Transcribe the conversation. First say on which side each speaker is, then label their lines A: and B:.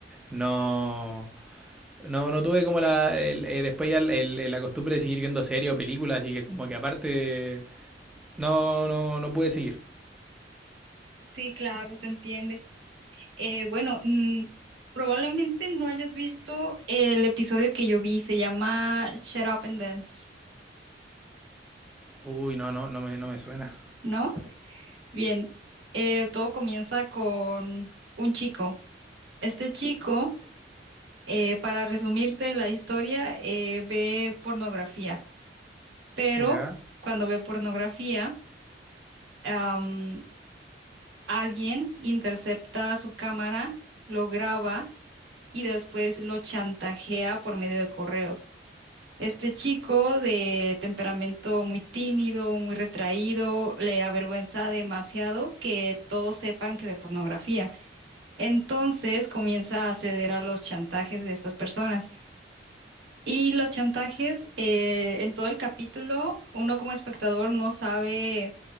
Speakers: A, in the centre; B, on the right.
A: no... No, no tuve como la... el- eh, después ya el- el- la costumbre de seguir viendo series o películas, así que como que aparte... No, no, no pude seguir.
B: Sí, claro, se entiende. Eh, bueno, mm, probablemente no hayas visto el episodio que yo vi. Se llama Shut Up and Dance,
A: Uy, no, no, no me, no me suena.
B: ¿no? Bien, eh, todo comienza con un chico. Este chico Eh, para resumirte la historia, eh, ve pornografía, pero
A: ¿Ya?
B: cuando ve pornografía, am, alguien intercepta su cámara, lo graba y después lo chantajea por medio de correos. Este chico de temperamento muy tímido, muy retraído, le avergüenza demasiado que todos sepan que ve pornografía. Entonces comienza a ceder a los chantajes de estas personas. Y los chantajes, eh, en todo el capítulo, uno como espectador no sabe